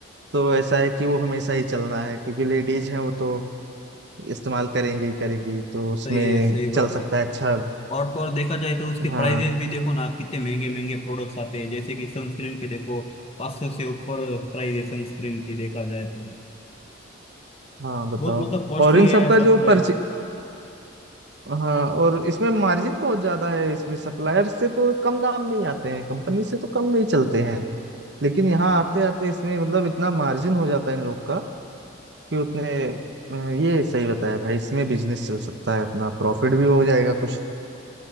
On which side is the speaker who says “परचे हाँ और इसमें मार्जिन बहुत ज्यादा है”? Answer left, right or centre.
Right